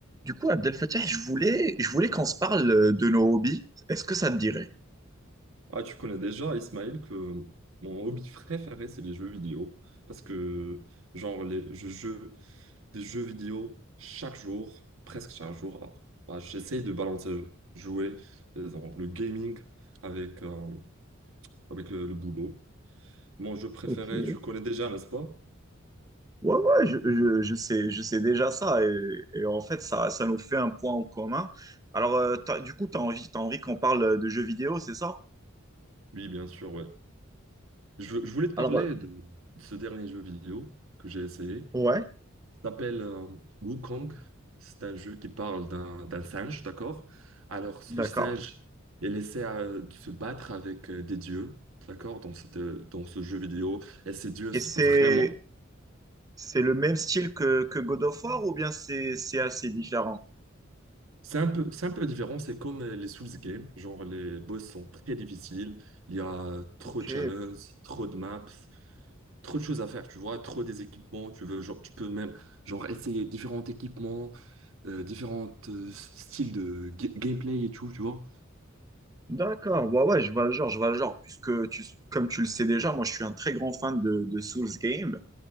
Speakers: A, on the right (about 20°); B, on the right (about 85°).
A: Du coup, Abdel Fattah, je voulais, je voulais qu'on se parle euh, de nos hobbies. Est-ce que ça te dirait?
B: Ah, tu connais déjà, Ismaël, que mon hobby préféré, c'est les jeux vidéo. Parce que, genre, les, je joue des jeux vidéo chaque jour, presque chaque jour. Ah, bah, j'essaye de balancer, jouer, euh, genre, le gaming avec, euh, avec le, le boulot. Mon jeu préféré,
A: Ok.
B: tu connais déjà, n'est-ce pas?
A: Ouais, ouais, je, je- je sais, je sais déjà ça. Et, et en fait, ça, ça nous fait un point en commun. Alors, euh, t'as- du coup, tu as envie, t'as envie qu'on parle de jeux vidéo, c'est ça?
B: Oui, bien sûr, ouais. Je, je voulais te parler
A: Alors, euh,
B: de, de ce dernier jeu vidéo que j'ai essayé.
A: ouais.
B: Ça s'appelle euh, Wukong. C'est un jeu qui parle d'un d'un singe, d'accord? Alors, ce
A: D'accord.
B: singe est laissé à- de se battre avec euh, des dieux, d'accord? Dans cette, euh, dans ce jeu vidéo. Et ces dieux,
A: Et
B: s-
A: c'est,
B: vraiment.
A: c'est le même style que, que God of War ou bien c'est, c'est assez différent?
B: C'est un peu, c'est un peu différent. C'est comme euh, les Souls Games. Genre, les boss sont très difficiles. Il y a trop
A: Ok.
B: de challenges, trop de maps, trop de choses à faire, tu vois? Trop des équipements. Tu veux, genre, tu peux même, genre, essayer différents équipements, euh, différents euh, styles de ga- gameplay et tout, tu vois?
A: D'accord, ouais, ouais, je vois le genre, je vois le genre, puisque tu, comme tu le sais déjà, moi je suis un très grand fan de, de Souls Game.